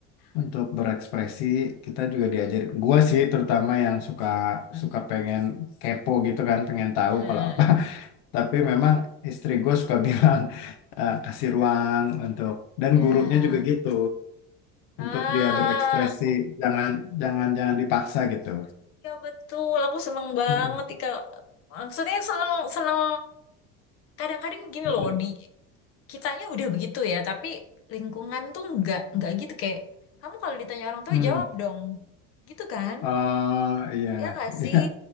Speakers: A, on the left; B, on the left.
A: untuk berekspresi. Kita juga diajarin. Gue sih terutama yang suka
B: hmm.
A: suka pengen kepo gitu kan, pengen tahu
B: Hmm.
A: kalau apa Tapi memang istri gue suka bilang <laughs> eh, kasih ruang untuk dan
B: Ya,
A: gurunya juga gitu
B: ah,
A: untuk dia berekspresi jangan jangan jangan dipaksa gitu.
B: ya betul. Aku seneng banget
A: Mm-mm,
B: Ika. Maksudnya seneng, seneng. Kadang-kadang gini
A: mm-mm,
B: loh, di kitanya udah begitu ya, tapi lingkungan tuh nggak nggak gitu kayak kamu kalau ditanya orang tua
A: mm.
B: jawab dong, gitu kan?
A: Oh iya
B: Ya nggak
A: <laughs>
B: sih?
A: iya